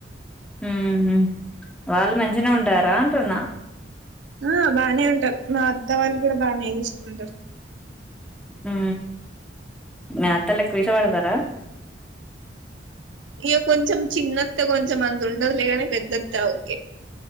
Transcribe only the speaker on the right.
ఆ బానే ఉంటారు మా అత్త వాళ్ళు కూడా బాగానే తెలుసుకుంటారు
ఇక కొంచెం చిన్నత్త కొంచెం అంత ఉండదులేగానే పెద్దత్త ఓకే